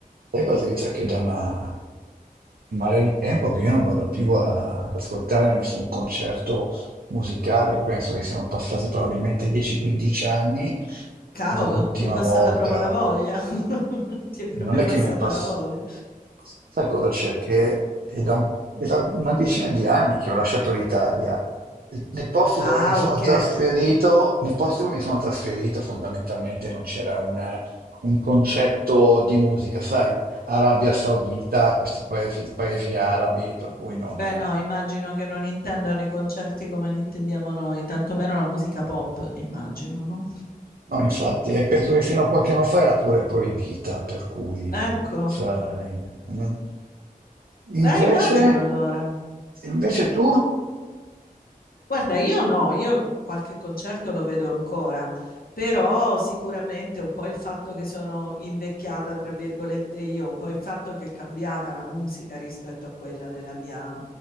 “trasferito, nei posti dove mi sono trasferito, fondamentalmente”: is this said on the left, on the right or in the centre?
Right